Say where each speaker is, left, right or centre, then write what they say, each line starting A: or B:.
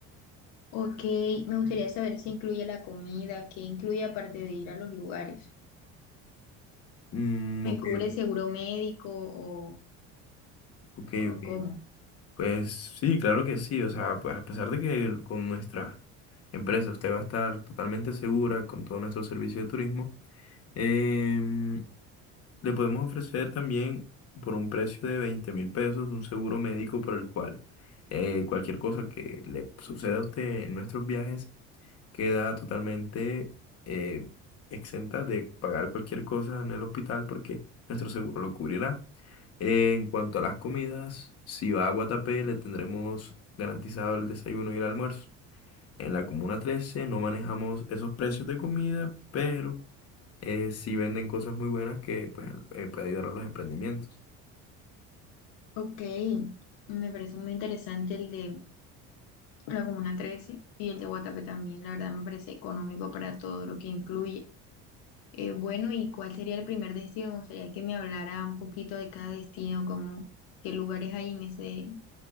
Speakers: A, on the left; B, on the left.
A: Ok, me gustaría saber si incluye la comida, qué incluye aparte de ir a los lugares.
B: Mm,
A: ¿Me
B: ok,
A: cubre
B: ok,
A: seguro médico o,
B: ok.
A: o
B: ok.
A: cómo?
B: Pues sí, claro que sí. O sea, pues a pesar de que el- con nuestra empresa usted va a estar totalmente segura con todo nuestro servicio de turismo, em, le podemos ofrecer también por un precio de 20 mil pesos un seguro médico por el cual eh, cualquier cosa que le suceda a usted en nuestros viajes queda totalmente eh, exenta de pagar cualquier cosa en el hospital porque nuestro seguro lo cubrirá. En cuanto a las comidas, si va a Guatapé le tendremos garantizado el desayuno y el almuerzo. En la Comuna 13 no manejamos esos precios de comida, pero eh, sí venden cosas muy buenas que pues, eh, puede ayudar a los emprendimientos.
A: Ok, me parece muy interesante el de la Comuna 13 y el de Guatapé también. La verdad me parece económico para todo lo que incluye. Eh, bueno, ¿y cuál sería el primer destino? Me gustaría que me hablara un poquito de cada destino, como qué lugares hay en ese,